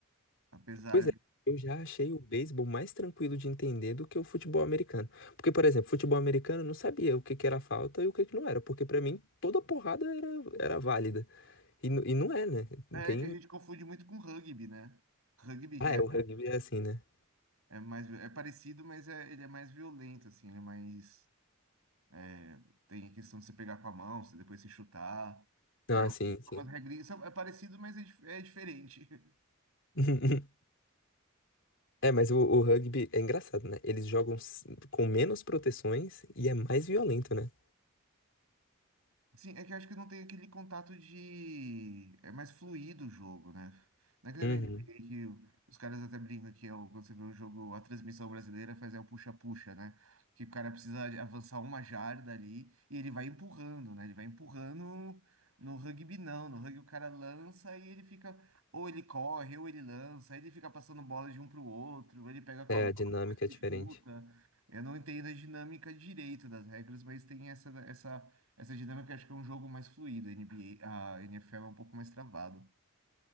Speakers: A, on the right; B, on the left.
A: apesar
B: Pois é,
A: de.
B: eu já achei o beisebol mais tranquilo de entender do que o futebol americano. Porque, por exemplo, futebol americano eu não sabia o que que era falta e o que que não era. Porque pra mim toda porrada era, era válida. E, nu- e não é, né?
A: É
B: Tem.
A: que a gente confunde muito com rugby, né? Rugby
B: Ah,
A: que é,
B: é, o rugby é assim, né?
A: é mais vi- é parecido, mas é, ele é mais violento, assim, ele é mais é, tem a questão de você pegar com a mão, você depois se chutar. É
B: Não, assim, sim,
A: umas
B: sim.
A: regrinhas, são- é parecido, mas é, dif- é diferente. <laughs>
B: <laughs> É, mas o, o rugby é engraçado, né? Eles jogam s- com menos proteções e é mais violento, né?
A: Sim, é que eu acho que não tem aquele contato de. É mais fluido o jogo, né? Não é que
B: Uhum.
A: nem na NBA que os caras até brincam que é o, quando você vê o jogo, a transmissão brasileira faz é o puxa-puxa, né? Que o cara precisa avançar uma jarda ali e ele vai empurrando, né? Ele vai empurrando no rugby, não. No rugby o cara lança e ele fica. Ou ele corre, ou ele lança, aí ele fica passando bola de um pro outro, ou ele pega com
B: É,
A: a mão,
B: a dinâmica
A: depois ele
B: é diferente.
A: chuta. Eu não entendo a dinâmica direito das regras, mas tem essa, essa essa dinâmica acho que é um jogo mais fluido, a NBA, a NFL é um pouco mais travado.